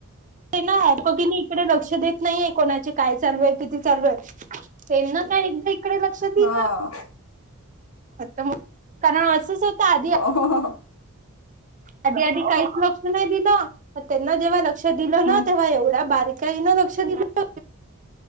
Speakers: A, on the right; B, on the left.
A: ते ना दोघीनी इकडे लक्ष देत नाहीये कोणाचे काय चालू आहे किती चालू आहेत. त्याना का एकदा इकडे लक्ष दिल.
B: हा
A: ग कारण असंच होत आधी.
B: हो हो हो.
A: आधी आधी काहीच लक्ष नाही दिलं त्यांना जेव्हा लक्ष दिलं ना
B: हम्
A: तेव्हा एवढ्या बारीक. त्या ना लक्ष दिलं.